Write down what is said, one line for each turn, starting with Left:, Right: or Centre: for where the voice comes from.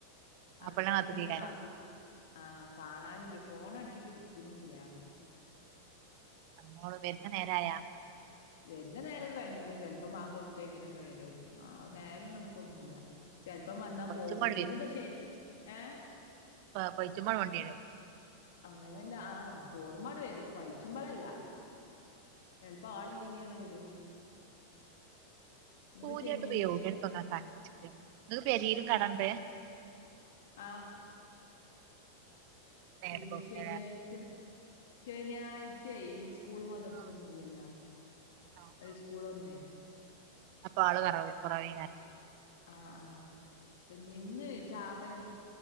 Right: മാപ്പൾനെ
Left: ഹസ്ബന്റിനെ
Right: കാത്ത്ക്കേക്കാരം
Left: ഇങ്ങനെ കാത്ത്ക്ആ കാ ഞാനൂല്ല്യ ഫോൺ അടിച്ചിട്ട് ഇട് ക്ക് ണൂല്ല്യ
Right: മോള് വരുന്ന നേരായാ
Left: വര്ണ നേരം കഴിഞ്ഞക്ക്ണു ചെലപ്പം ബാങ്ക് കൊടുത്തേക്കിനൊക്കെ വരും ആ നേരം കണക്കൊന്നുല്ല ചെലപ്പം വന്നാ
Right: പൊളിച്ചുമ്പാണ്ട്
Left: പോകൂല്ല്യ ഇന്ന്പ്പ ശ ഏ
Right: പാ പയ്ച്ചുമ്മാണ്ട് മണ്ടി വരും
Left: അങ്ങനെയല്ല ആ തോണുമ്പാണ് വരും പയ്ച്ചുച്ചുമ്പളല്ല ചെലപ്പ ആളില്ല്യങ്കി ആണ് വരും ഇന്ന്പ്പോ
Right: പൂരിയായിട്ട്
Left: ശനിയാഴ്ച
Right: ഉപയോ <unintelligible> നിങ്ങക്ക് പെരിലും കടണ്ട്
Left: ആഹ്
Right: നേരെ
Left: പിന്നെ
Right: പോക്കിനല്ലേ
Left: ശനിയാഴ്ച ശനിയാഴ്ചയ് സ്കൂളു മാദർസന്നുല്ല്യല്ലോ
Right: ആഹ് ആഹ്
Left: ഏയ് സ്കൂളോന്നോയ്
Right: അപ്പൊ ആള് കറവ് കുറവേയ്‌കാരം
Left: ആഹ് ആഹ് അപ്പൊ ഇഞ്ഞ് ഇന്ന് ചാപ്പലങ്ങ